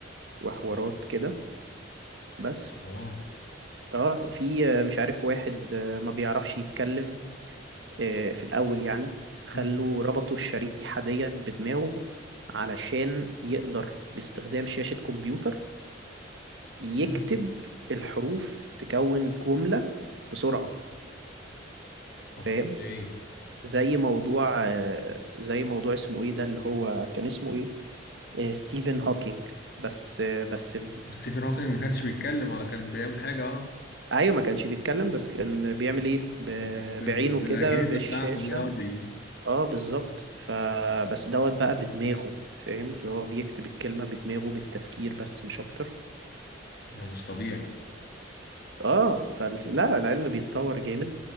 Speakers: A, on the right; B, on the left.
A: وحوارات
B: دي
A: كده بس
B: حوار
A: اه في آه، مش عارف واحد آه، ما بيعرفش يتكلم آه، في الأول يعني خلوا
B: مم.
A: ربطوا الشريحة ديت بدماغه علشان يقدر باستخدام شاشة كمبيوتر يكتب
B: مم.
A: الحروف تكون جملة بسرعة
B: اوكي
A: فاهم زي موضوع آه، زي موضوع اسمه ايه ده اللي هو كان اسمه ايه آه، ستيفن هوكينج بس آه، بس ب-
B: بس ستيفن هوكينج ما كانش بيتكلم ولا كان بيعمل حاجة اه
A: ايوه ما كانش بيتكلم بس كان بيعمل ايه ب-
B: بال... بال...
A: بعينه
B: بالأجهزة
A: كده بالشاشة
B: بتاعته دي اه بي...
A: اه بالظبط فبس دوت بقى بدماغه فاهم اللي هو بيكتب الكلمة بدماغه بالتفكير بس مش اكتر
B: ده مش طبيعي
A: اه فالف... لا العلم بيتطور جامد